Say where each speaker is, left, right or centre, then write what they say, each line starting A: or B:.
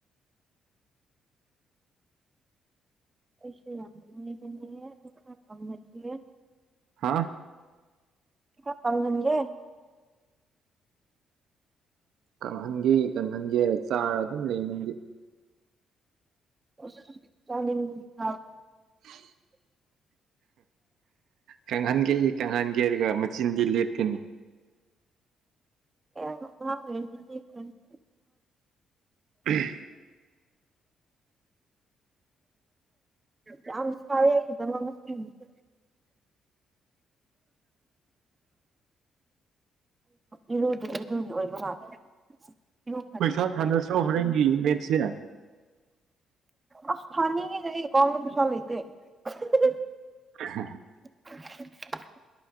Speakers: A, on the right; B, on the right.
A: ꯑꯩꯁꯨ ꯌꯥꯝ ꯅꯣꯏꯕꯅꯦ ꯑꯗꯨ ꯈꯔꯥ ꯀꯪꯍꯟꯒꯦ
B: ꯍꯥ
A: ꯈꯔꯥ ꯀꯪꯍꯟꯒꯦ
B: ꯀꯪꯍꯟꯒꯦ ꯀꯪꯍꯟꯒꯦ ꯍꯥꯏꯔ ꯆꯥꯔ ꯑꯗꯨꯝ ꯂꯩ ꯅꯪꯗꯤ
A: ꯑꯁ ꯆꯥꯅꯤꯡꯕꯒꯤ ꯆꯕꯅꯦ
B: <inaudible> ꯀꯪꯍꯟꯒꯦ ꯀꯪꯍꯟꯒꯦ ꯍꯥꯏꯔꯒ ꯃꯆꯤꯟꯗꯤ ꯂꯦꯞꯇꯦꯅꯦ
A: <unintelligible>
B: <inaudible>
A: ꯌꯥꯝ ꯁꯌꯦ ꯑꯩꯒꯤꯗꯃꯛꯇ <unintelligible> ꯏꯔꯨꯗꯕꯗꯨꯒꯤ ꯑꯣꯏꯕ ꯃꯜꯂꯦꯅꯦ ꯏꯔꯨ
B: ꯄꯩꯁꯥ ꯊꯅꯁꯤꯔꯣ ꯍꯣꯔꯔꯦꯟꯒꯤ ꯃꯦꯠꯁꯁꯦ
A: ꯑꯁ ꯊꯥꯅꯤꯡꯉꯤꯅꯦ ꯑꯩꯒꯤ ꯑꯦꯀꯥꯎꯟꯗ ꯄꯩꯁꯥ ꯂꯩꯇꯦ <inaudible>
B: <inaudible>
A: <inaudible>